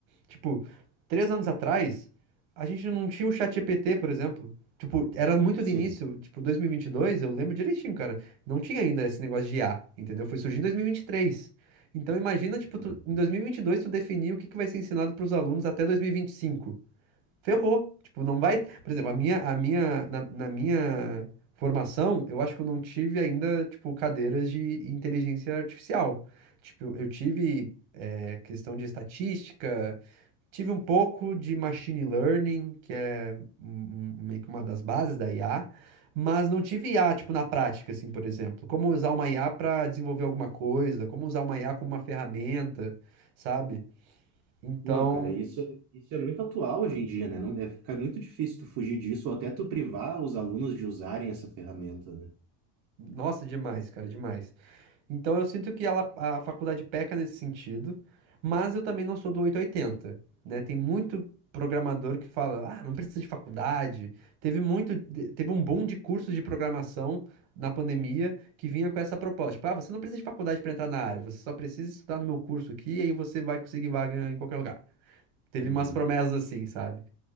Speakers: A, on the right; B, on the right.
A: Tipo, três anos atrás, a gente não tinha o ChatGPT, por exemplo. Tipo, era muito
B: Sim.
A: do início, tipo, 2022, eu lembro direitinho, cara, não tinha ainda esse negócio de I A, entendeu? Foi surgir em 2023. Então, imagina, tipo, tu,
B: Uhum.
A: em 2022 tu definir o que que vai ser ensinado para os alunos até 2025. Ferrou. Tipo, não vai. Por exemplo, a minha, a minha, na, na minha formação, eu acho que eu não tive ainda, tipo, cadeiras de inteligência artificial. Tipo, eu eu tive, eh, questão de estatística, tive um pouco de machine learning, que é um- um- meio que uma das bases da IA, mas não tive IA, tipo, na prática, assim, por exemplo. Como usar uma IA para desenvolver alguma coisa, como usar uma IA como uma ferramenta, sabe? Então,
B: Não, cara, isso, isso é muito atual hoje em dia, né? Não deve ficar muito difícil tu fugir disso ou até tu privar os alunos de usarem essa ferramenta, né?
A: nossa, demais, cara, demais. Então eu sinto que ela, a faculdade peca nesse sentido, mas eu também não sou do oito ou oitenta né? Tem muito programador que fala, ah, não precisa de faculdade. Teve muito, de- teve um boom de cursos de programação na pandemia que vinha com essa proposta, tipo, ah, você não precisa de faculdade para entrar na área, você só precisa estudar no meu curso aqui e aí você vai conseguir vaga em qualquer lugar. Teve
B: Uhum,
A: umas promessas assim, sabe?